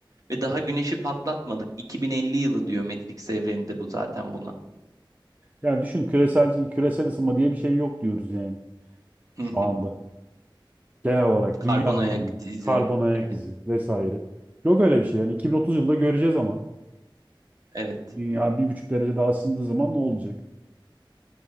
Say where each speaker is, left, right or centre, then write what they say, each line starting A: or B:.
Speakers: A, on the right; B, on the right.
A: ve daha güneşi patlatmadık 2050 yılı diyor Matrix evreninde bu zaten buna.
B: Yani düşün küresel küresel ısınma diye bir şey yok diyoruz yani
A: <laughs>
B: şu anda. Genel olarak
A: Karbon
B: dünya
A: ayak
B: hali,
A: izi.
B: karbon ayak
A: Evet,
B: izi vesaire. Yok öyle bir şey. Yani 2030 yılında göreceğiz ama
A: evet.
B: dünya bir buçuk derece daha ısındığı zaman ne olacak?